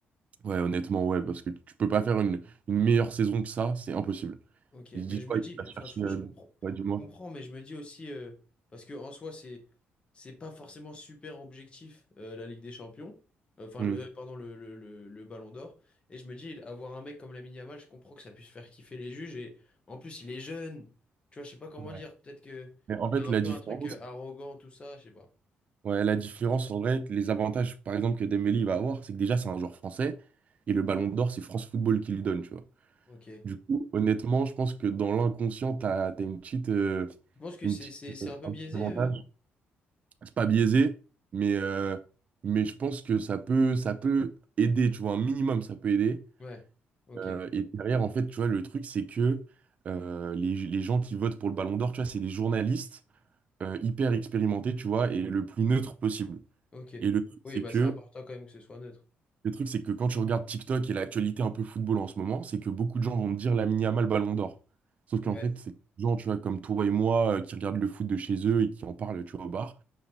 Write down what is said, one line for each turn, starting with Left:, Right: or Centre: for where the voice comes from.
Right: Ouais, honnêtement, ouais, parce que tu peux pas faire une, une meilleure saison que ça, c'est impossible.
Left: Ok,
Right: Il se
Left: mais
Right: dit
Left: je
Right: quoi,
Left: me dis,
Right: il va chercher,
Left: enfin, je,
Right: euh,
Left: je comprends, je
Right: ouais, du moins.
Left: comprends, mais je me dis aussi, euh, parce que en soi, c'est, c'est pas forcément super objectif euh, la Ligue des Champions, Euh, enfin,
Right: Hmm.
Left: le, euh, pardon, le, le, le, le Ballon d'Or. Et je me dis, avoir un mec comme Lamine Yamal, je comprends que ça puisse faire kiffer les juges. Et en plus, il est jeune, tu vois, je sais pas comment
Right: Ouais.
Left: dire. Peut-être que
Right: Mais en
Left: il
Right: fait,
Left: a
Right: la
Left: un peu
Right: différence,
Left: un truc euh, arrogant, tout ça, je sais pas.
Right: ouais, la différence, en vrai, que les avantages, par exemple, que Dembélé il va avoir, c'est que déjà, c'est un joueur français, et le ballon d'or, c'est France Football qui lui donne, tu vois.
Left: Ok.
Right: Du coup, honnêtement, je pense que dans l'inconscient, tu as, une petite, euh,
Left: Je pense que
Right: une
Left: c'est,
Right: petite,
Left: c'est, c'est
Right: euh,
Left: un peu
Right: un
Left: biaisé.
Right: petit avantage.
Left: euh
Right: C'est pas biaisé, mais, euh, mais je pense que ça peut, ça peut aider, tu vois, un minimum, ça peut aider.
Left: Ouais. Ok.
Right: Euh, et derrière, en fait, tu vois, le truc, c'est que euh, les, les gens qui votent pour le Ballon d'Or, tu vois, c'est des journalistes euh, hyper expérimentés, tu vois, et le plus neutre possible.
Left: Ok.
Right: Et le truc, c'est
Left: Oui, bah
Right: que
Left: c'est important quand même que ce soit neutre.
Right: Le truc, c'est que quand tu regardes TikTok et l'actualité un peu football en ce moment, c'est que beaucoup de gens vont te dire Lamine Yamal Ballon d'Or. Sauf qu'en
Left: Ouais.
Right: fait, c'est des gens, tu vois, comme toi et moi, euh, qui regardent le foot de chez eux et qui en parlent, tu vois, au bar.